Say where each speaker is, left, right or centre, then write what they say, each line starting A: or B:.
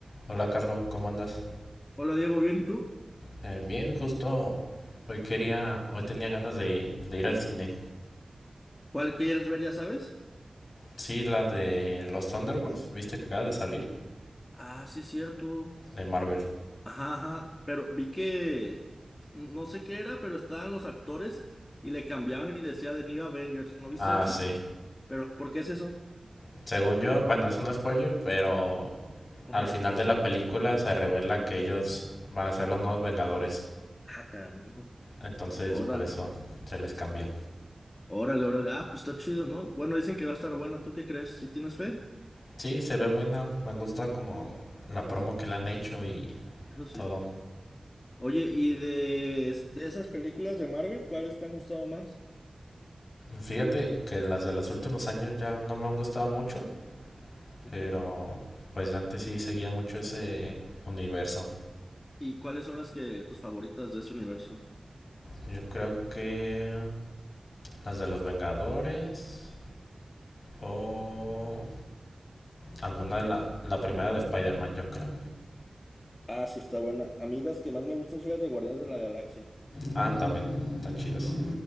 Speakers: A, on the left (about 70°); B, on the left (about 30°).
A: Hola Carlos, ¿cómo andas?
B: Hola Diego, bien, ¿y tú?
A: Eh, bien, justo hoy quería, hoy tenía ganas de, de ir al cine.
B: ¿Cuál quieres ver, ya sabes?
A: Sí, la de los Thunderbolts, ¿viste que acaba de salir?
B: Ah, sí, cierto.
A: De Marvel.
B: Ajá, ajá, pero vi que no sé qué era, pero estaban los actores y le cambiaban y decía The New Avengers, ¿no viste
A: Ah,
B: eso?
A: sí.
B: Pero ¿por qué es eso?
A: Según yo, bueno, es un spoiler, pero
B: Ajá.
A: al final de la película se revela que ellos van a ser los nuevos Vengadores.
B: Ah, canijo.
A: Entonces,
B: Órale,
A: por eso se les cambia.
B: órale, órale. Ah, pues está chido, ¿no? Bueno, dicen que va a estar buena, ¿tú qué crees? ¿Si tienes fe?
A: Sí, se ve buena, me han gustado como la promo que le han hecho y
B: Eso sí.
A: todo.
B: Oye, ¿y de, de esas películas de Marvel, cuáles te han gustado más?
A: Fíjate que las de los últimos años ya no me han gustado mucho.
B: Ujú.
A: Pero pues antes sí seguía mucho ese universo.
B: ¿Y cuáles son las que tus favoritas de ese universo?
A: Yo creo que las de los Vengadores o alguna de la, la primera de Spider-Man, yo creo.
B: Ah, sí, está buena. A mí las que más me gustan son las de Guardianes de la Galaxia.
A: Ah, también, tan chidas.